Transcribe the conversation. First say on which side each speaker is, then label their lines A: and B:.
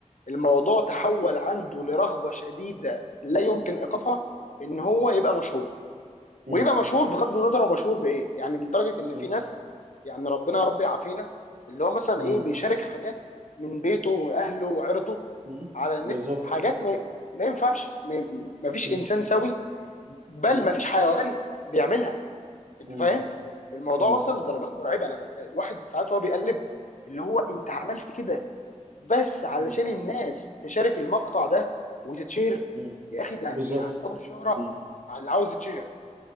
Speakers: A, on the left; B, on the right.
A: الموضوع تحول عنده لرغبة شديدة لا يمكن ايقافها ان هو يبقى مشهور
B: مم.
A: ويبقى مشهور بغض النظر هو مشهور بايه يعني لدرجة ان
B: مم.
A: في ناس يعني ربنا يا رب يعافينا اللي هو مثلا
B: مم.
A: ايه بيشارك حاجات من بيته واهله وعرضه
B: مم.
A: على النت
B: بالظبط
A: حاجات ما, ما ينفعش ما ما فيش
B: مم.
A: انسان سوي بل
B: مم.
A: ما فيش حيوان بيعملها انت
B: مم.
A: فاهم الموضوع
B: مم.
A: وصل لدرجات مرعبه انا ب... الواحد ساعات هو بيقلب اللي هو انت عملت كده بس علشان
B: مم.
A: الناس تشارك المقطع ده وتتشهر
B: مم.
A: يا اخي ده
B: بالظبط
A: يعني ابو الشهره
B: مم.
A: على اللي عاوز يتشهر